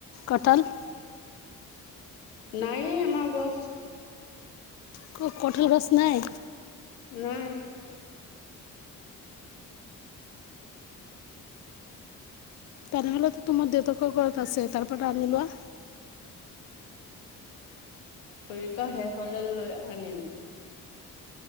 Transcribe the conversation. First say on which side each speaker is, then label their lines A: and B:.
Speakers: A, on the left; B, on the left.
A: কঠাল।
B: নাই এ আমাৰ গছ।
A: ক-কঠাল গছ নাই।
B: নাই। <inaudible>
A: তেনেহ'লেতো তোমাৰ দেউতাকৰ ঘৰত আছে তাৰ পৰা আনি লোৱা।
B: পৰিখা শেষ হলে লৈ আনিম।